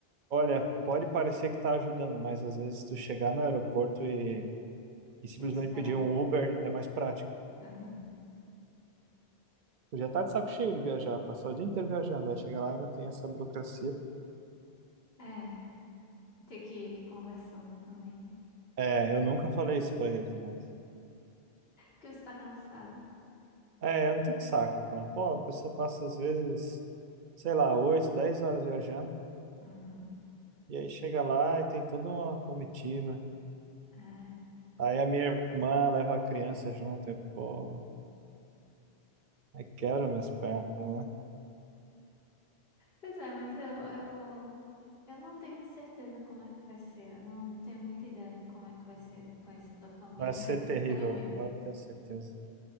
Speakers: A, on the right; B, on the left.
A: olha, pode parecer que tá ajudando, mas às vezes tu chegar no aeroporto e, e simplesmente
B: Tem que esperar.
A: pedir um Uber é mais prático.
B: Uhum.
A: Tu já tá de saco cheio de viajar, passar o dia inteiro viajando, aí chega lá e ainda tem essa burocracia.
B: É, tem que ir conversando também, né?
A: É, eu nunca falei isso para eles, mas
B: Porque você tá cansado.
A: é, eu não tô de saco, cara. Pô, a pessoa passa às vezes, sei lá, 8 10 horas viajando.
B: Uhum.
A: E aí chega lá e tem toda uma comitiva.
B: É.
A: Aí a minha irmã leva a criança junto, e, pô, aí quebra minhas pernas, né?
B: Pois é, mas eu, eu, eu não tenho certeza como é que vai ser. Eu não tenho muita ideia de como é que vai ser conhecer tua família,
A: Vai ser
B: <laughs>
A: terrível,
B: sinceramente.
A: pode ter certeza.